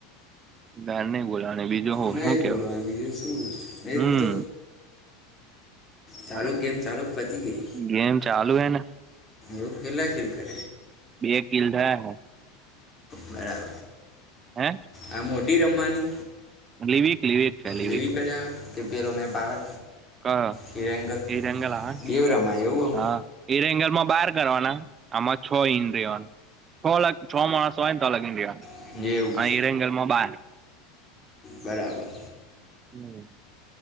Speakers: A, on the right; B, on the left.
A: ગર નઈ બોલા અને બીજું હોવ
B: નહીં
A: શું કેવા
B: બોલવાનું બીજું શું એ
A: હમ
B: જ તો ચાલુ
A: ાલ ચાલ
B: ગેમ ચાલુ પતી ગઈ
A: ગેમ ચાલુ હ ને
B: લોકો કેટલા કિલ કરે
A: બે કિલ થયા હ
B: બરા
A: હે
B: આ મોટી રમવાની
A: લિવિક લિવિક છે લિવિક
B: લેવીિક જ આવે કે પેલો મેપ આવે
A: હા
B: હિરેંગલ
A: એ રંગલ હ કે
B: બેવ
A: હ
B: રમાય એવું
A: એ રંગલ માં બાર કરવાના આમાં છ ઈ અવાનું છ લાખ છ માણ સોયન તો લગ ન્ડિયામાં
B: આમ એવું
A: અને હિરંગલમાં બાર
B: બરાબર
A: હમ